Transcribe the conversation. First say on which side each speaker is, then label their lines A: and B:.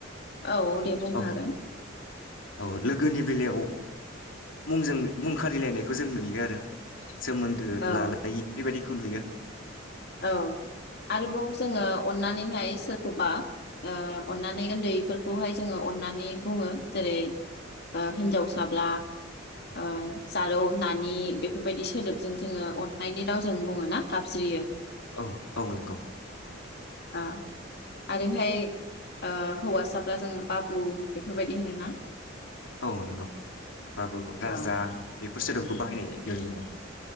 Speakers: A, on the left; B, on the left.
A: औ दे बुंनो
B: औ
A: हागोन
B: औ लोगोनि बेलायाव मुंजों मुं खारिलायनायखौ जों नुयो आरो सोमोन्दो
A: औ
B: लालायि बेबायदि बेखौ नुयो
A: औ आरोबाव जोङो अननानैहाय सोरखौबा ओ अननानै उन्दैफोरखौहाय जोङो अननानै बुङो जेरै ओ हिन्जावसाब्ला ओ जारौ नानि बेफोरबायदि सोदोबजों जोङो अन्नायनि रावजों बुङो ना गाबज्रियो।
B: औ औ नंगौ
A: ओ आरोहाय ओ हौवासाब्ला जोङो बाबु बेफोरबायदि होनो ना?
B: औ नंगौ बाबु राजा
A: औ
B: बे फोर सोदोबखौ बाहायनाय नुनो मोनो।